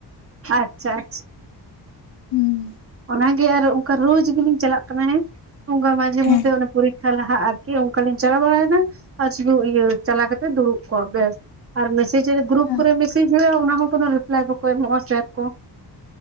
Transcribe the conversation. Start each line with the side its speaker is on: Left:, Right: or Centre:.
Right: ᱟᱪᱪᱷᱟ ᱟᱪᱪᱷᱟ᱾
Left: ᱦᱩᱸ᱾
Right: ᱚᱱᱟᱜᱮ ᱟᱨ ᱚᱱᱠᱟ ᱨᱳᱡ ᱜᱮᱞᱤᱤᱧ ᱪᱟᱞᱟᱜ ᱠᱟᱱᱟ ᱚᱱᱠᱟ ᱢᱟᱡᱷᱮ
Left: ᱦᱮᱸ
Right: ᱢᱚᱫᱽᱫᱷᱮ ᱯᱚᱨ᱾ ᱛᱟᱦᱚᱞ ᱟᱨᱠᱤ ᱚᱱᱠᱟᱞᱤᱤᱧ ᱪᱟᱞᱟᱣ ᱵᱟᱲᱟᱭᱮᱫᱱᱟ ᱟᱨ ᱤᱭᱟᱹ ᱪᱟᱞᱟᱣ ᱠᱟᱛᱮ ᱫᱩᱲᱩᱵ ᱠᱚᱜᱼᱟ ᱵᱮᱥ᱾ ᱟᱨ ᱢᱮᱥᱮᱡᱽ ᱨᱮ ᱜᱽᱨᱩᱯ
Left: ᱚ
Right: ᱠᱚᱨᱮ ᱢᱮᱥᱮ ᱦᱩᱭᱩᱜᱼᱟ ᱚᱱᱟ ᱦᱚᱸ ᱠᱳᱱᱳ ᱨᱤᱯᱞᱟᱭ ᱵᱟᱠᱚ ᱮᱢᱚᱜᱼᱟ ᱥᱮᱨ ᱠᱚ᱾